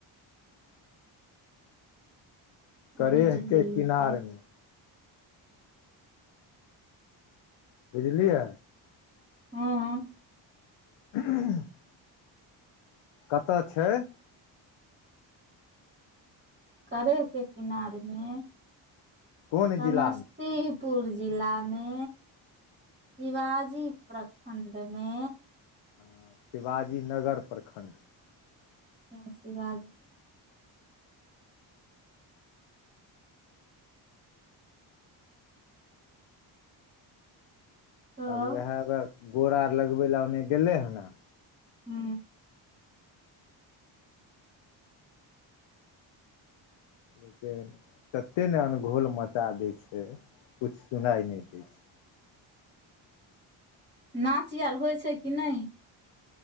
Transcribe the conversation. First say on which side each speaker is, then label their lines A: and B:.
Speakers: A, on the left; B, on the right.
A: करेह
B: बुझलियै
A: के किनार मे। बुझलियै।
B: हूँ
A: <unintelligible> कत छैय?
B: करेह के किनारे में
A: कोन
B: समस
A: जिलामे
B: ती पुर जिला मे। शिवाजी प्रखंड मे।
A: हँ शिवाजी नगर प्रखंड।
B: हां शिवा तब
A: आ उएह गोड़ आर लगबे ला ओने गेले हन ने
B: हू
A: लेकिन ततेक ने अनघोल मचा दै छैय कुछ सुनाइ नहि दै छैय।
B: नाच आर होइ छैय कि नहि?